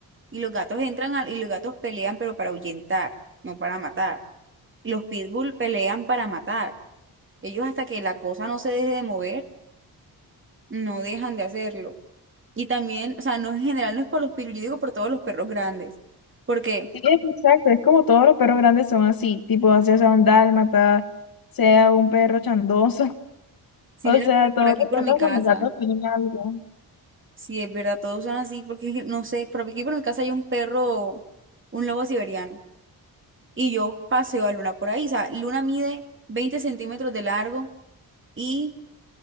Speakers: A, on the right (about 30°); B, on the left (about 60°).
A: Y los gatos entran al- y los gatos pelean, pero para ahuyentar, no para matar. Los pitbull pelean para matar. Ellos hasta que la cosa no se deje de mover, no dejan de hacerlo. Y también, o sea, no en general, no es por los pitbull, yo digo por todos los perros grandes. Porque,
B: Sí, exacto, es como todos los perros grandes son así, tipo, ya sea un dálmata, sea un perro chandoso, <laughs>
A: si
B: o
A: nena,
B: sea,
A: porque por
B: todos
A: aquí,
B: los
A: por
B: perros
A: mi casa.
B: con los gatos tienen algo.
A: Sí, es verdad, todos son así, porque no sé, pero aquí por mi casa hay un perro, un lobo siberiano, y yo paseo a Luna por ahí. O sea, Luna mide 20 centímetros de largo y,